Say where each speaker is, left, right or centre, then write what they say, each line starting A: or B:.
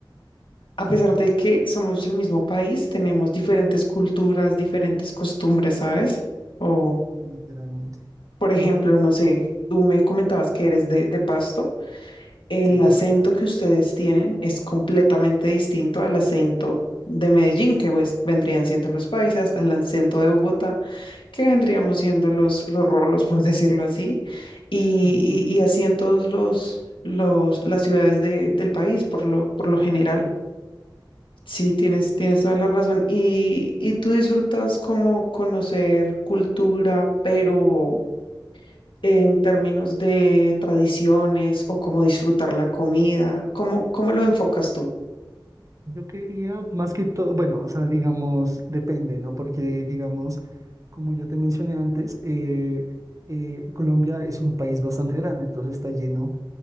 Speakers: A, on the left (about 80°); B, on the right (about 40°).
A: a pesar de que somos el mismo país, tenemos diferentes culturas, diferentes costumbres, ¿sabes? O,
B: Literalmente.
A: por ejemplo, no sé, tú me comentabas que eres de, de Pasto. El
B: Sí,
A: acento
B: correcto.
A: que ustedes tienen es completamente distinto al acento de Medellín, que pues vendrían siendo los paisas, al acento de Bogotá, que vendríamos siendo los, los rolos, <laughs> por decirlo así, y,
B: Ujú.
A: y, y así en todos los, los, las ciudades de- del país, por lo, por lo general. Sí, tienes, tienes toda la razón. Y, y tú disfrutas como conocer cultura, pero en términos de tradiciones o cómo disfrutar la comida? ¿Cómo, cómo lo enfocas tú?
B: Yo quería más que todo, bueno, o sea, digamos, depende, ¿no? Porque, digamos, como yo te mencioné antes, eh, eh, Colombia es un país bastante grande, entonces está lleno